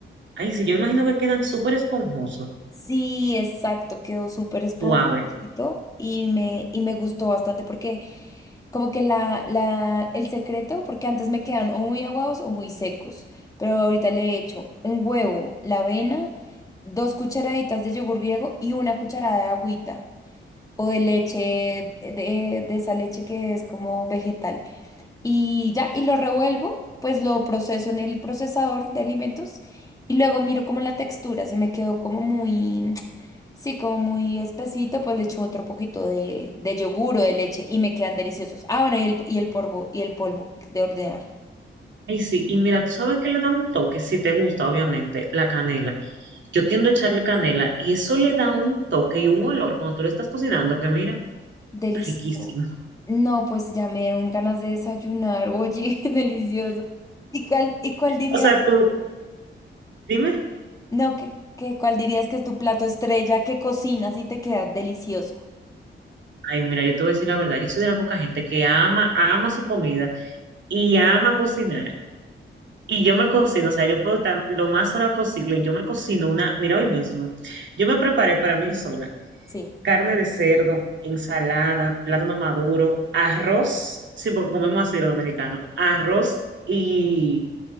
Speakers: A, on the right (about 65°); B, on the left (about 15°).
A: Ay, sí, yo imagino que quedan súper esponjosos,
B: Sí, exacto, quedó súper esponjosito
A: suaves.
B: y me, y me gustó bastante porque como que la, la, el secreto, porque antes me quedan o muy aguados o muy secos, pero ahorita le he hecho un huevo, la avena, dos cucharaditas de yogur griego y una cucharada de agüita. o de leche, de, de esa leche que es como vegetal. Y ya, y lo revuelvo, pues lo proceso en el procesador de alimentos y luego miro como la textura, si me quedó como muy, <tsk> sí, como muy espesito, pues le echo otro poquito de, de yogur o de leche y me quedan deliciosos. Ah, bueno, y el, y el polvo, y el polvo de hornear
A: Ay, sí, y mira, tú sabes que le da un toque, si te gusta, obviamente, la canela. Yo tiendo a echarle canela y eso le da un toque y un olor cuando tú lo estás cocinando, que mira,
B: Delicioso.
A: riquísimo. <laughs>
B: No, pues ya me dieron ganas de desayunar, oye, <laughs> delicioso. ¿Y cuál, y cuál dirías?
A: O sea, tú, dime.
B: No, que, que ¿cuál dirías que es tu plato estrella que cocinas y te queda delicioso?
A: Ay, mira, yo te voy a decir la verdad, yo soy de la poca gente que ama, ama su comida y ama cocinar. Y yo me cocino, o sea, yo puedo estar lo más sola posible. Yo me cocino una, mira hoy mismo, yo me preparé para mí sola
B: Sí.
A: carne de cerdo, ensalada, plátano maduro, arroz, sí, porque comemos así los dominicanos, arroz y,